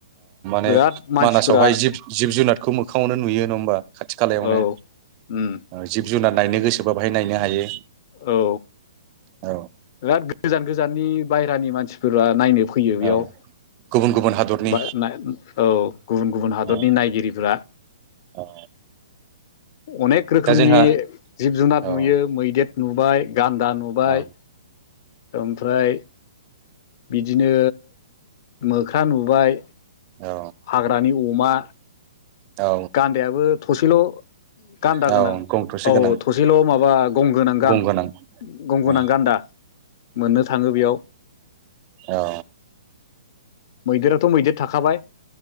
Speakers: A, on the right; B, on the left.
A: नै
B: बिराद मानसिफोरा
A: मानासावहाय जिब जिब जुनारखौ मोखाङावनो नुयो नङा होमबा खाथि खालायावनो
B: औ उम
A: जिब जुनार नायनो गोसोबा बाहाय नायनो हायो
B: औ
A: औ
B: बिराद गोजान गोजाननि बायेरानि मानसिफोरा नायनो फैयो
A: औ
B: बेयाव
A: गुबुन गुबुन हादरनि
B: दा नाय औ गुबुन गुबुन हादरनि
A: औ
B: नायगिरिफोरा
A: औ
B: अनेक रोखोमनि
A: दा जोंहा
B: जिब जुनार
A: औ
B: नुयो मैदेर नुबाय गान्दा नुबाय
A: औ
B: ओमफ्राय बिदिनो मोख्रा नुबाय
A: औ
B: हाग्रानि अमा
A: औ
B: गान्दायाबो थसेल' गान्दा
A: औ
B: गोनां
A: गं थसे
B: औ
A: गोनां
B: थसेल' माबा गंगोनां गां
A: गं गोनां औ
B: गंगोनां गान्दा मोननो थाङो बेयाव
A: ए
B: मैदेराथ' मैदेर थाखाबाय